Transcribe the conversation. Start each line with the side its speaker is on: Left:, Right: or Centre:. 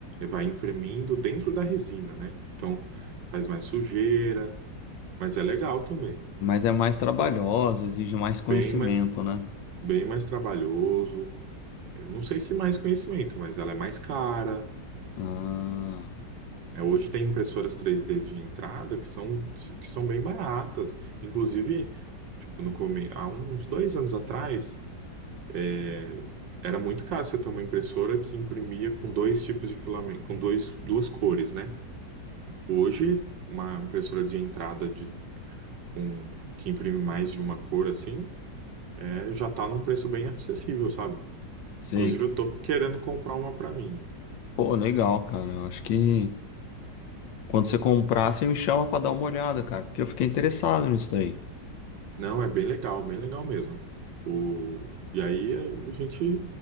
Right: vai imprimindo dentro da resina, né? Então faz mais sujeira, mas é legal também.
Left: Mas é mais trabalhosa, exige mais conhecimento,
Right: Bem mais,
Left: né?
Right: bem mais trabalhoso. É, não sei se mais conhecimento, mas ela é mais cara.
Left: Ah,
Right: É, hoje tem impressoras três d de entrada que são, que são bem baratas. Inclusive, tipo, no come... há uns dois anos atrás, é, era muito caro você ter uma impressora que imprimia com dois tipos de filamento, com dois, duas cores, né? Hoje, uma impressora de entrada de, com, que imprime mais de uma cor assim, é, já tá num preço bem acessível, sabe?
Left: sei
Right: Inclusive,
Left: que.
Right: eu tô querendo comprar uma pra mim.
Left: Pô, legal, cara. Eu acho que quando você comprar, você me chama pra dar uma olhada, cara, porque eu fiquei interessado nisso daí.
Right: Não, é bem legal, bem legal mesmo. O, e aí é, a gente